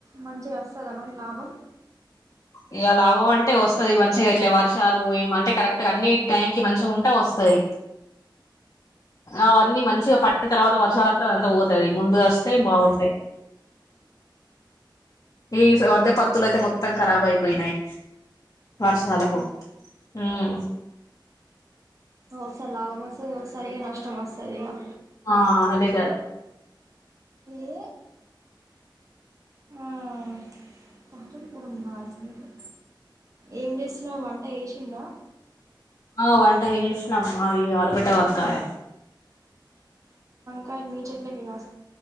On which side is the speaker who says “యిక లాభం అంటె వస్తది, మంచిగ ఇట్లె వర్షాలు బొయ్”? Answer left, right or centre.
Left